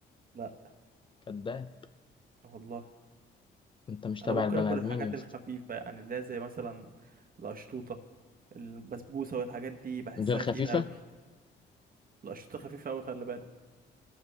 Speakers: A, on the right; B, on the left.
A: لا
B: كداب
A: والله
B: انت مش تبع
A: انا ممكن
B: البني
A: اكل
B: ادمين
A: الحاجات
B: يا اسطى
A: الخفيفه يعني اللي هي زي مثلا القشطوطه البسبوسه والحاجات دي بحسها
B: دي الخفيفة
A: تقيله قوي القشطوطه خفيفه قوي خلي بالك